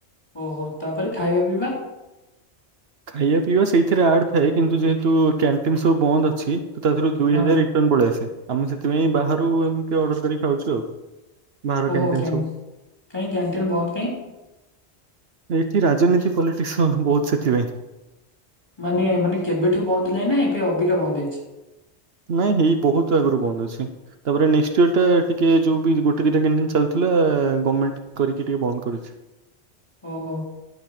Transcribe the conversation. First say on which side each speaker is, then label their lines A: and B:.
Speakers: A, on the left; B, on the right.
A: ଓହୋ ତା ପରେ ଖାଇବା ପିଇବା?
B: ଖାଇବା ପିଇବା ସେଇଥିରେ ଆଡ ଥାଏ। କିନ୍ତୁ ଯେହେତୁ କ୍ୟାଣ୍ଟିନ୍ ସବୁ ବନ୍ଦ ଅଛି। ତ ତା ଥିରୁ ଦୁଇ
A: ହଁ
B: ହଜାର ରିଟର୍ନ ପଳି ଆସେ। ଆ ମୁଁ ସେଥିପାଇଁ ବାହାର ରୁ ଏମିତି ଅଡର୍ କରି ଖାଉଚୁ ଆଉ ବାହାର
A: ଓହୋ
B: କାଣ୍ଟିନ୍
A: କ୍ୟା
B: ସବୁ।
A: କାହିଁ କ୍ୟାଣ୍ଟିନ ବନ୍ଦ କାହିଁ
B: ଏଇଠି ରାଜନୀତି ପଲିଟିକ୍ସ ବହୁତ ସେଥିପାଇଁ।
A: ମାନେ ମାନେ କେବେଠୁ ବନ୍ଦ ହେଲାଣି ନା ଏବେ ଅବିକା ବନ୍ଦ ହେଇଚି?
B: ନାଇଁ ହେଇ ବହୁତ ଆଗରୁ ବନ୍ଦ ଅଛି। ତା ପରେ ନେଷ୍ଟ ଇୟର ଟା ଟିକେ ଯୋଉ ବି ଗୋଟେ ଦିଟା କ୍ୟାଣ୍ଟିନ ଚାଲିଥିଲ୍ ଲା ଗମେଣ୍ଟ କରିକି ଟିକେ ବନ୍ଦ କରିଚି।
A: ଓହୋ